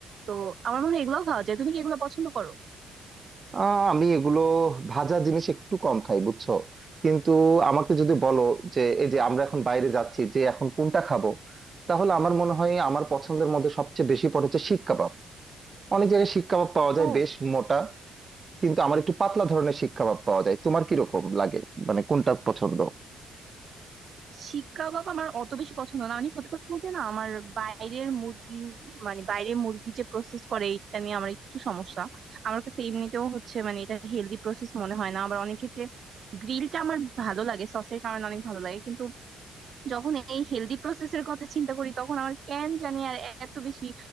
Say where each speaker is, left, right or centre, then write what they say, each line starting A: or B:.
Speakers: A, on the right (about 55°); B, on the right (about 30°).
A: তো আমার মনে হয় এগুলোও খাওয়া যায় তুমি কি এগুলো পছন্দ করো
B: আহ, আমি এগুলো ভাজা জিনিস একটু কম খাই বুঝছো কিন্তু আমাকে যদি বলো যে এই যে আমরা এখন বাইরে যাচ্ছি যে এখন কোনটা খাবো তাহলে আমার মনে হয় আমার পছন্দের মধ্যে সবচেয়ে বেশি পড়েছে শিক কাবাব অনেক জায়গায় শিক কাবাব পাওয়া যায়
A: ও
B: বেশ মোটা কিন্তু আমার একটু পাতলা ধরনের শিক কাবাব পাওয়া যায় তোমার কি রকম লাগে মানে কোনটা পছন্দ
A: শিক কাবাব আমার অত বেশি পছন্দ না মানে সত্যি কথা বলতে না আমার বাইরের মুরগি মানে বাইরের মুরগি যে প্রসেস করে এটা নিয়ে আমার একটু সমস্যা আমার কাছে এমনিতেও হচ্ছে মানে এটা হেলদি প্রসেস মনে হয় না আবার অনেক ক্ষেত্রে গ্রিলটা আমার ভালো লাগে সসের কারণে অনেক ভালো লাগে কিন্তু যখন এই হেলদি প্রসেসের কথা চিন্তা করি তখন আমার কেন জানি আর এত বেশি